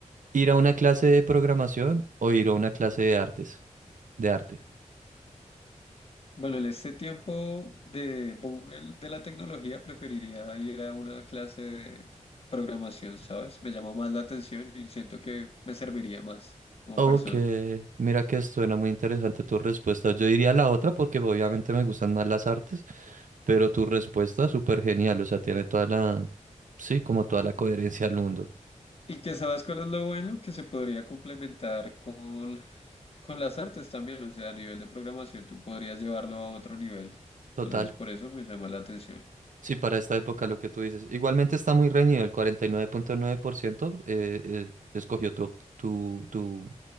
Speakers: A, on the right (about 85°); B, on the left (about 50°).
A: ¿Ir a una clase de programación o ir a una clase de artes? De arte.
B: Bueno, en este tiempo de boom el- de la tecnología preferiría ir a una clase de programación, ¿sabes? Me llama más la atención y siento que me serviría más como
A: Ok,
B: persona.
A: mira que suena muy interesante tu respuesta. Yo diría la otra porque obviamente me gustan más las artes, pero tu respuesta súper genial, o sea, tiene toda la, sí, como toda la coherencia del mundo.
B: Y que sabes cuál es lo bueno, que se podría complementar con, con las artes también, o sea, a nivel de programación tú podrías llevarlo a otro nivel.
A: Total.
B: Entonces, por eso me llama la atención.
A: Sí, para esta época lo que tú dices. Igualmente está muy reñido, el 49.9% eh, eh, escogió tu, tu, tu,